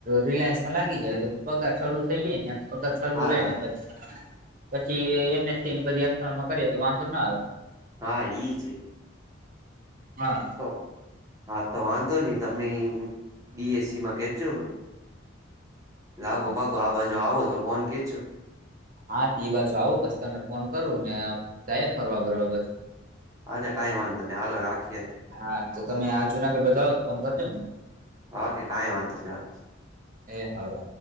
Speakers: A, on the right; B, on the right.
A: રિલાયન્સ માં લાગી જાય તો પગાર ચાલુ થઇ જાય ન એમ પગાર ચાલુ
B: હા
A: રેયને પછી પછી એમએસસી બધી એક્સટર્નલ માં કરીએ તો વાંધો ના આવે.
B: હા ઈ.
A: હા.
B: તો હા તો વાંધો નહી તમે બી એસીમાં કહેજો. લાગો બાગો આ બાજુ આવો તો ફોન કે
A: હા તે એ બાજુ આવું પછી તમને ફોન કરું ને જાયે ફરવા બરવા બધ
B: હાજે કાંઈ વાંધો નઈ હાલો રાખીએ.
A: હા તો તમે આ જુનાગઢ જાવો તો ફોન કરજો ન
B: ઓકે કઈ વાંધો હાલો.
A: એ હારુ.